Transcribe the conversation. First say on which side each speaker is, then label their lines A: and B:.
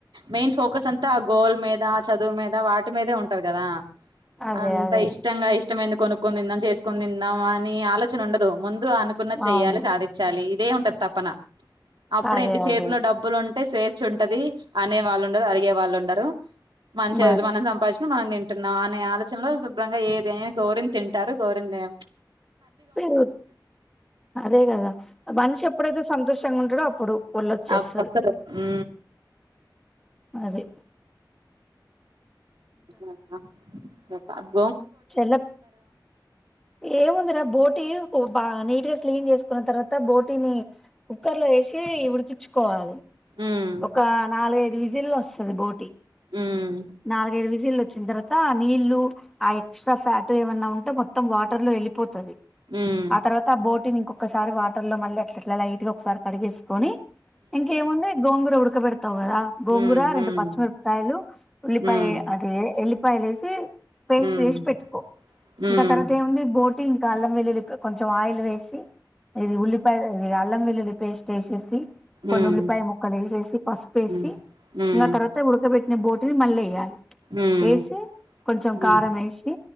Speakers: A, on the right; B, in the centre.
A: మెయిన్ ఫోకస్ అంతా గోల్ మీద చదువు మీద వాటి మీదే ఉంటాది కదా
B: అదే
A: అంత
B: అదే
A: ఇష్టంగా ఇష్ ఇష్టమైనది కొనుక్కొని తిందాం చేసుకునితిందాం అని ఆలోచన ఉండదు ముందు అనుకున్నది చేయాలి
B: అవును
A: సాధిచ్చాలి ఏ ఉంటది తపనా అప్పుడు
B: అదే
A: ఏంటి చేతిలో
B: అదే
A: డబ్బులు ఉం స్వేచ్ఛ ఉంటది అనే వాళ్ళు ఉడరు అడిగే వాళ్ళు ఉండరు మంచి
B: మరి
A: ఐదు మనం సంపాదించ్ మనం తింటున్నాం అనే ఆలోచనలో శుభ్రంగా ఏదనా కోోరిని తింటారు కోోరిని తినం
B: పెరుగు అదే కదా మనిషి ఎప్పుడైతే సంతోషంగా ఉం ఉంటాడో అప్పుడు ఒళ్ళొచ్చేస్తది
A: ఆ పక్క హు
B: అదిే
A: అ చేప్పాం
B: చల ఏ ఉందిరా బోటి బాగా నీట్ గా క్లీన్ చేసుకున్న తర్వాత బోటీని కుక్కర్ లో వేసి ఉడికించుకోవాలి
A: ఉమ్
B: ఒక నాలుగ ఐదు విజిల్ జిల్ వస్తుంది బోటి
A: ఉమ్
B: నాలుగైదు విజిల్ వచ్చిన తర్వాత ఆ నీళ్లు ఆ ఎక్స్ట్రా ఫ్యాట్ ఏమన్నా ఉంటే మొత్తం వాటర్ లో వెళ్ళిపోతుంది
A: ఉమ్
B: ఆ తర్వాత ఆ బోటీని ఇంకోొ ఒకసారి వాటర్ లో మళ్ళ అట్ ఎట్లా లైట్ గ ఒకసారి కడిగిేసి కని ఇంకేముంది గోంగుర కూడా ఉడక తావు కదా గోంగుర
A: ఉమ్ ఉమ్
B: రెండు పచ్చిమిరపకాయలు ఉల్లిపాయ
A: ఉమ్
B: అదే ఎల్లిపాయలే వేసి పేస్ట్
A: ఉమ్
B: చేసి పెట్టుకో
A: ఉమ్
B: ఇంకా తర్వాత ఏముంది బోటింగ్ గ అల్లం వెల్లులి కొంచెం ఆయిల్ వేసి ఇది ఉలిపాయ ఇది అల్ం వెల్లులీ పేస్ట్ వేసేసి కొన్ని
A: ఉమ్ ఉమ్
B: ఉల్లిపాయ ముక్కలు వేసేసి పసుపు వేసి
A: ఉమ్ ఉమ్
B: ఇంకా తర్వాత ఉడకబట్టిన బోట్ మళ్ళీ వేయాలి
A: ఉమ్ ఉమ్
B: వేసి కొంచెం
A: ఉమ్
B: కారం వేసి